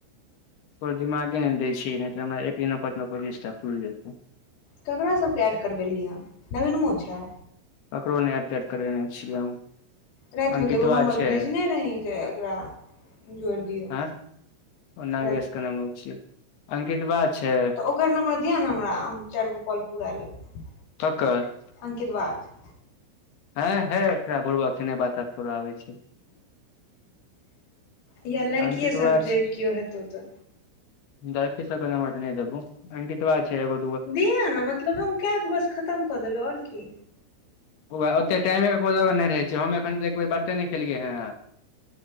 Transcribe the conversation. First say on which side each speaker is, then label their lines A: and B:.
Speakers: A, on the left; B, on the left.
A: को दिमागे नइ दै छै, नई तऽ हमरा एक दिनमे पन्द्रह बिस्ता पूरी जैतै।
B: ककरा सभ के ऐड करबेलहि हँ नवीनमो छै?
A: ककरो नइ एड तैड करबेने छियै हम।
B: रातिमे
A: अंकितवा
B: तऽ एगो नम्बर
A: छै
B: भेजने रही जे एकरा जोड़ि दियौ।
A: आँ ओ नागेशके
B: राति
A: नम्बर छियै अंकितबा छै।
B: तऽ ओकर नम्बर दिअ ने, हमरा हम चारगो कॉल पूरा लेब।
A: ककर?
B: अंकितबा कऽ
A: हँ, है बुर्बक छै, नै बात ताट करू आबे छी।
B: या लड़कीए
A: अंकितवा
B: सभ जे
A: छै
B: केओ हेतौ तऽ।
A: लड़की सभ के तऽ नहि देबू अंकितबा छै ऐगो।
B: दिहुँ ने नम्बर, मतलब हम कऽ कऽ बस खत्म कऽ देबै, आओर की।
A: ओते
B: हम
A: टाइमे को जगह नहि रहै छै, हम एखन एकबे बाते नहि केलियै हे।